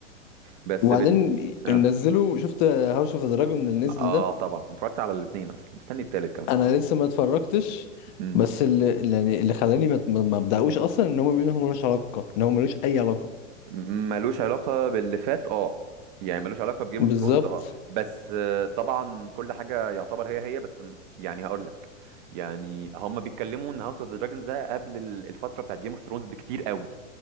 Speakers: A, on the right; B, on the left.
A: بس
B: وبعدين
A: بن... اه
B: نزلوا شفت هاوس اوف دراجون اللي نزل
A: اه
B: ده
A: طبعا اتفرجت على الاثنين اصلا مستني التالت
B: انا لسه ما اتفرجتش
A: كمان
B: بس اللي اللي- يعني اللي خلاني ما ما ما ابداوش اصلا ان هم بيقولوا ان هو ملوش علاقة ان هو ملوش اي علاقة
A: ملوش علاقة باللي فات اه يعني ملوش علاقة بجيم
B: بالظبط
A: اوف ثرونز اه بس آه، طبعا كل حاجة يعتبر هي هي بس م- يعني هقول لك يعني هم بيتكلموا ان هاوس اوف ذا دراجونز ده قبل ال- الفترة بتاعت جيم اوف ثرونز بكتير قوي